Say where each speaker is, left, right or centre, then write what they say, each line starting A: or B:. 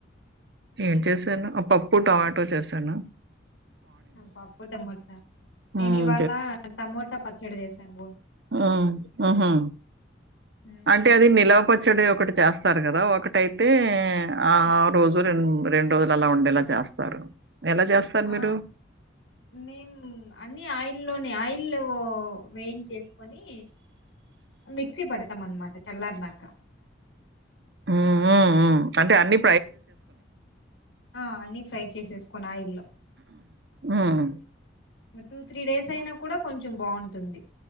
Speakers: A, on the right (about 60°); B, on the left (about 85°).
A: ఏం చేశాను ఆ పప్పు టమాటో చేసాను
B: పప్పు టమోటా
A: హ్మ్.
B: నేను ఇవాళ టమోటా పచ్చడి చేసాను
A: ఆ ఆహా
B: మ్మ్.
A: అంటే అది నిలవపచ్చడి ఒకటి చేస్తారు కదా ఒకటైతే ఆ రోజు రెం రెండు రోజులు అలా ఉండేలా చేస్తారు ఎలా చేస్తారు
B: ఆ
A: మీరు?
B: మేము అన్ని ఆయిల్లోనె ఆయిల్ ఇల్లు వేయించేసుకొని మిక్సీ పెడతాం అన్నమాట తెల్లారినాక
A: ఉమ్ ఉమ్ ఉమ్ అంటే అన్ని
B: ఆ అన్ని ఫ్రై చేసేసుకొని ఆయిల్ల
A: ఉమ్
B: టూ త్రీ డేస్ అయినా కూడా కొంచెం బాగుంటుంది